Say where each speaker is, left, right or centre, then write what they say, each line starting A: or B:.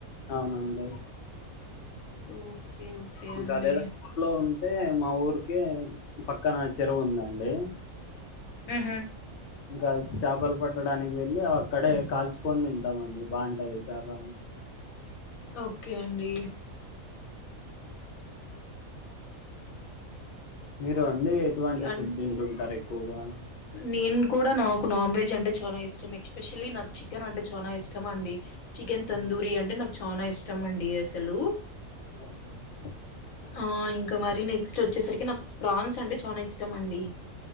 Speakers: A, on the left; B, on the left.
A: అవునా అండి.
B: Okay okay.
A: ఇంకా
B: అండి
A: అదేదాంట్లో ఉంటే మా ఊరికే పక్కన చెరువుందండి.
B: ఊహు
A: ఇంకా చాపలు పట్టడానికి వెళ్ళి. అక్కడే కాల్చుకొని తింటామండి. బాగుంటది చాలా
B: ఓకే అండి.
A: మీరు అండి. ఎటువంటి
B: అండ్
A: ఫుడ్ తింటుంటారు ఎక్కువగా.
B: నేను కూడా. నాకు నాన్ వెజ్ అంటే చాలా ఇష్టం. ఎక్స్పెషల్లీ నాకు. చికెన్ అంటే చానా ఇష్టం అండి. చికెన్ తందూరి
A: హ్మ్.
B: అంటే నాకు చానా ఇష్టం అండి అసలు.
A: ఆ <unintelligible>
B: ఆ ఇంకా మరి నెక్స్ట్ వచ్చేసరికి నాకు ఫ్రాన్స్ అంటే చానా ఇష్టం అండి.